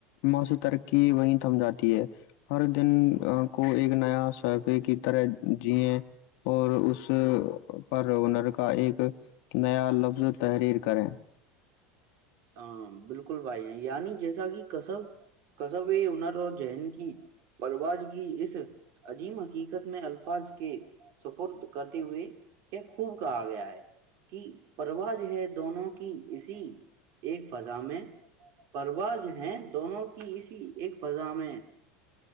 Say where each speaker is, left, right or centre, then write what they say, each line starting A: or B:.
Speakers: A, on the left; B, on the right.
A: معاشی ترقی وہیں تھم جاتی ہے ہر دن کو ایک نیا صفے کی طرح جییں اور اس پر ہنر کا ایک نیا لفظ تحریر کریں
B: ہاں بالکل بھائی ہیں یعنی جیسا کہ کصب کصب ہنر اور جین کی پرواز کی اس عجیم حقیقت میں الفاظ کے سفرد کرتے ہوئے کیا خوب کہا گیا ہے کہ پرواز ہے دونوں کی اسی ایک فضا میں پرواز ہے دونوں کی اسی ایک فضا میں